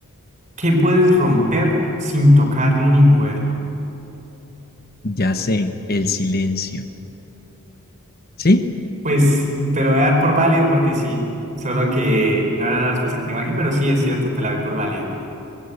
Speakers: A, on the right; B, on the left.
A: ¿qué puedes romper sin tocarlo ni moverlo?
B: Ya sé, el silencio. ¿Sí?
A: Pues te lo voy a dar por válido porque sí. Solo que no era la respuesta que tengo aquí, pero sí, es cierto, te la doy por válida.